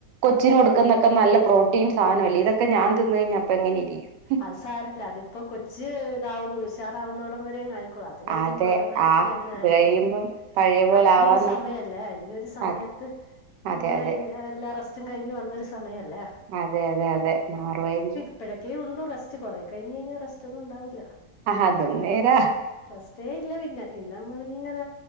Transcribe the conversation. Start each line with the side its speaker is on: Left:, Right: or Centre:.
Right: കൊച്ചിന് കൊടുക്കുന്നക്ക നല്ല പ്രോട്ടീൻ സാധനല്ലേ ഇതൊക്കെ ഞാൻ തിന്ന് കഴിഞ്ഞ അപ്പോ എങ്ങനെ ഇരിക്കും
Left: അത് സാരല്ല അതിപ്പോ കൊച്ച് ഇതാവുന്നു ഉഷാറാവുന്നൊടം വരെ അങ്ങ് ആയി <unintelligible> അത് കഴിയുമ്പോ
Right: അതെ
Left: ഓട്ടോമാറ്റിക്കലി
Right: ആ
Left: അങ്ങനെ
Right: ഇത്
Left: ആയിക്കോളും
Right: കഴിയുമ്പം പഴയ പോലെ
Left: ആഹ് ഈ
Right: ആവാന്നോ
Left: ഒരു സമയല്ലേ ഈ ഒരു സമയ
Right: അതെ
Left: ക്ക്‌
Right: അതെ
Left: നമ്മള്
Right: അതെ
Left: ഏഹ് എ എല്ലാ റസ്റ്റും കഴിഞ്ഞ് വന്നൊരു സമയല്ലേ
Right: അതെ അതെ അതെ മാറുവായിരിക്കും
Left: ഇപ്പഴക്കേ ഉണ്ട് റെസ്റ്റ്‌ കൊറേ കഴിഞ്ഞ് കഴിഞ്ഞാൽ റെസ്റ്റ് ഒന്നും ഉണ്ടാവൂല
Right: അതും നേര
Left: റെസ്റ്റേ ഇല്ല പിന്നെ പിന്നെ നമ്മള് ഇങ്ങന